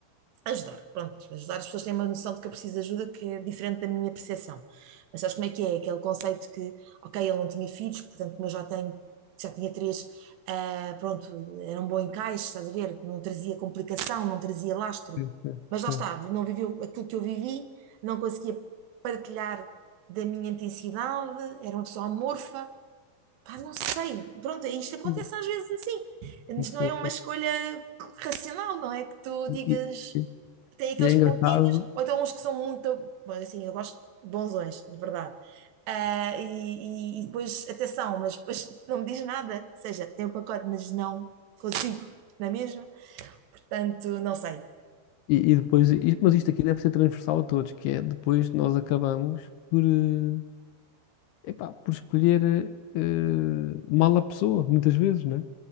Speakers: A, on the right; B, on the left.
A: Ajudar, pronto, ajudar as pessoas têm uma noção de que eu preciso de ajuda que é diferente da minha percepção. Mas sabes como é que é? Aquele conceito que, ok, ele não tinha filhos, portanto, como eu já tenho, já tinha três, ah, pronto, era um bom encaixe, estás a ver? Não trazia complicação, não trazia lastro.
B: sim,
A: Mas
B: sim.
A: lá está, não viveu aquilo que eu vivi, não conseguia partilhar da minha intensidade, era uma pessoa amorfa. Pá, não sei, pronto, isto acontece
B: Sim,
A: às vezes assim. Isto
B: sim,
A: não
B: sim.
A: é uma escolha racional, não é que tu
B: sim.
A: digas
B: E, e
A: tem aqueles
B: e é engraçado.
A: pontinhos, ou então uns que são muito. Bom, assim, eu gosto de bonzões, de verdade. Ah, e, e- e depois, até são, mas depois <laughs> não me diz nada. Ou seja, tem o pacote, mas não consigo, não é mesmo? Portanto, não sei.
B: E, e depois, i- mas isto aqui deve ser transversal a todos, que é depois nós acabamos por, eh, epá, por escolher eh, mal a pessoa, muitas vezes, né?